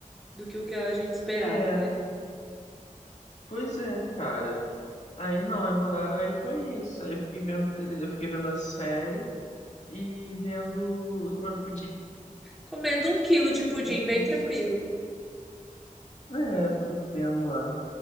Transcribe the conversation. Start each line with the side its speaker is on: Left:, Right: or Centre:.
Centre: do que o que a gente esperava,
Left: É,
Centre: né?
Left: pois é, cara. Aí não, aí mandaram, aí foi isso. Aí eu fiquei vendo, tele, eu fiquei vendo a série e vendo, e comendo pudim.
Centre: Comendo um quilo de pudim,
Left: <laughs>
Centre: bem tranquilo,
Left: É, tudo pleno lá.